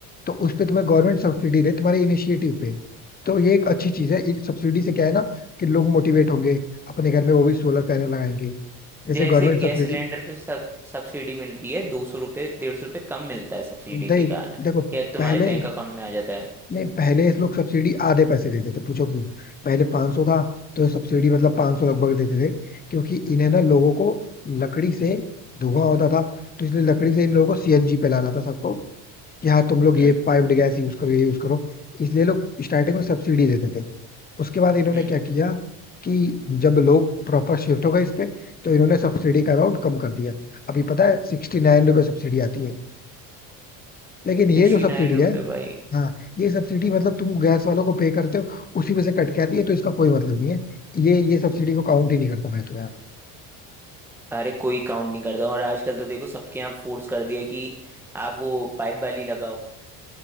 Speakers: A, on the left; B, in the centre.
A: तो उस पे तुम्हें गवर्नमेंट सब्सिडी दे तुम्हारे इनिशिएटिव पे तो ये एक अच्छी चीज है इन सब्सिडी से क्या है ना कि लोग मोटिवेट होंगे अपने घर में वो भी सोलर पैनल लगाएंगे जैसे
B: जैसे
A: गवर्नमेंट
B: गैस
A: सब्सिडी
B: सिलेंडर पे सब सब्सिडी मिलती है दो सौ रुपये डेढ़ सौ रुपये कम मिलता है सब्सिडी
A: दे,
B: के कारण
A: देखो
B: या तुम्हारे
A: पहले
B: बैंक अकाउंट में आ जाता है
A: नहीं पहले इस लोग सब्सिडी आधे पैसे देते थे पूछो क्यों पहले 500 था तो ये सब्सिडी मतलब 500 लगभग देते थे क्योंकि इन्हें ना लोगों को लकड़ी से धुआं होता था तो इसलिए लकड़ी से इन लोगों को सीएनजी पे लाना था सबको कि हाँ तुम लोग
B: हम्म
A: ये पाइप्ड गैस यूज करो ये यूज करो इसलिए लोग स्टार्टिंग में सब्सिडी देते थे उसके बाद इन्होंने
B: हम्म
A: क्या किया कि जब लोग प्रॉपर शिफ्ट हो गए इस पे तो इन्होंने सब्सिडी का अमाउंट कम कर दिया अभी पता है सिक्सटी नाइन रुपये सब्सिडी आती है लेकिन ये
B: सिक्सटी
A: जो सब्सिडी
B: नाइन रुपये
A: है
B: भाई
A: हाँ ये सब्सिडी मतलब तुम गैस वालों को पे करते हो उसी में से कट के आती है तो इसका कोई मतलब नहीं है ये ये सब्सिडी को काउंट ही नहीं करता मैं तो यार
B: अरे कोई काउंट नहीं करता और आजकल तो देखो सबके यहाँ फोर्स कर दिया है कि आप वो पाइप वाली लगाओ